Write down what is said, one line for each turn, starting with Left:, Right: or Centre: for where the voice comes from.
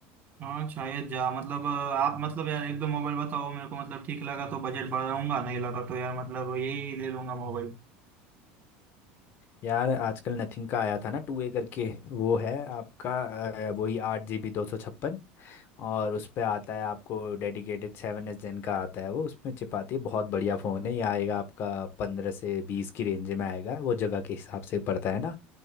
Right: हाँ शायद जा मतलब अ, आप मतलब यार एक दो मोबाइल बताओ मेरे को मतलब ठीक लगा तो बजट बढ़ाऊंगा नहीं लगा तो यार मतलब यही ले लूंगा मोबाइल
Left: यार आजकल नथिंग का आया था ना टू ए करके वो है आपका अ, वही आठ जी बी दो सौ छप्पन और उस पे आता है आपको डेडिकेटेड सेवन एस जेन का आता है वो उसमें चिपाती है बहुत बढ़िया फ़ोन है ये आएगा आपका पंद्रह से बीस की रेंज में आएगा वो जगह के हिसाब से पड़ता है ना